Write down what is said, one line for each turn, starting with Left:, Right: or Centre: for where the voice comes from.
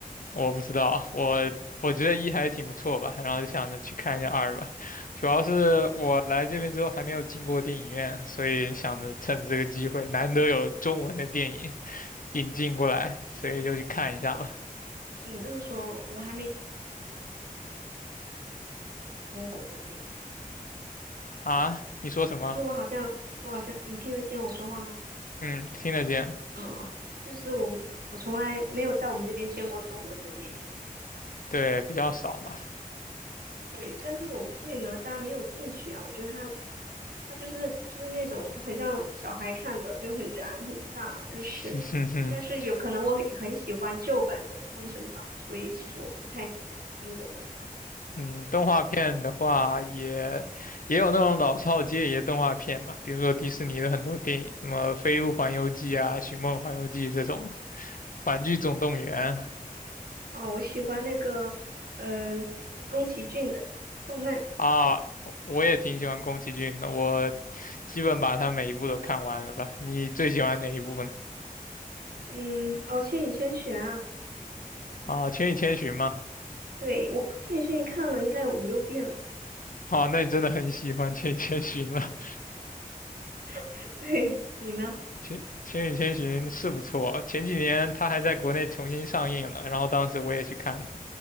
Left: 我不知道，我我觉得一还挺不错吧，然后就想着去看一下二吧。主要是我来这边之后还没有进过电影院，所以想着趁这个机会，难得有中文的电影引进过来，所以就去看一下吧。
Right: 你这么说，我还没看过中国的电影呢，
Left: 啊，你说什么？
Right: 就是我好像我好像你听得见我说话吗？
Left: 嗯，听得见，
Right: 嗯，就是我我从来没有在我们这边见过中文的电影。
Left: 对，比较少嘛。
Right: 对，但是我对哪吒没有兴趣啊，我觉得他他就是就是那种很像小孩看的，就很燃很炸，但是但是有可能我很很喜欢旧版的《封神榜》，
Left: <laughs>
Right: 所以其实我不太喜欢新的哪吒
Left: 嗯，动画片的话也，也有那种老少皆宜的动画片嘛，比如说迪士尼的很多电影，什么《飞屋环游记》啊，《寻梦环游记》这种的，《玩具总动员》
Right: 啊，我喜欢那个嗯、呃宫崎骏的动漫，
Left: 啊，我我也挺喜欢宫崎骏的，我基本把他每一部都看完了吧。你最喜欢哪一部呢？
Right: 嗯哦《千与千寻》啊，
Left: 啊，《千与千寻》吗？
Right: 对我《千与千寻》看了应该有五六遍了，
Left: 哦，那你真的很喜欢《千与千寻》了。
Right: <laughs> 对你呢？
Left: 千千与千寻是不错，前几年它还在国内重新上映了，然后当时我也去看了。